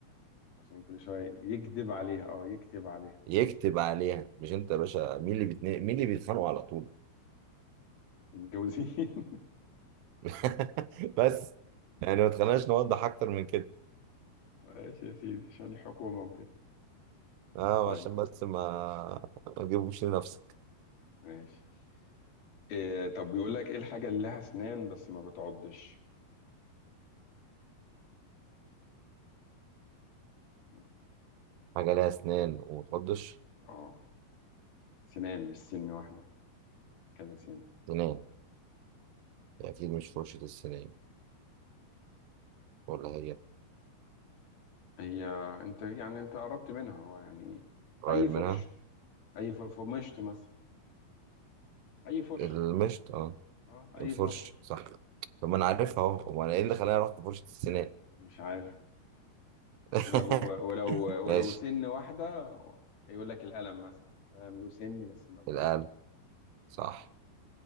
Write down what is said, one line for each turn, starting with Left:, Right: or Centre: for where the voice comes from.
Left: عشان كل شوية يكذب عليها اه يكتب عليها
Right: يكتب عليها مش انت يا باشا مين اللي بيتنا... مين اللي بيتخانقوا على طول
Left: متجوزين <laughs>
Right: <laughs> بس يعني ما تخليناش نوضح اكتر من كده
Left: ماشي يا سيدي عشان الحكومة وكده
Right: اه
Left: طيب
Right: عشان بس ما ما تجيبوش لنفسك
Left: ماشي إيه طب بيقول لك ايه الحاجة اللي لها اسنان بس ما بتعضش مم.
Right: حاجة لها اسنان وما تقضش
Left: اه سنان مش سن واحدة كذا سن
Right: سنان اكيد مش فرشة السنان ولا هي
Left: هي انت يعني انت قربت منها هو يعني
Right: قريب
Left: اي فرش
Right: منها
Left: اي فر- فرمشت مثلا اي فرش
Right: المشط اه
Left: اه اي
Right: الفرش
Left: فرش
Right: صح طب ما انا عارفها اهو امال انا ايه اللي خلاني رحت فرشة السنان
Left: مش عارف
Right: <laughs>
Left: ولو ولو
Right: ماشي
Left: ولو سن واحدة يقول لك القلم مثلا القلم له سن بس ما بيعض
Right: الآلة صح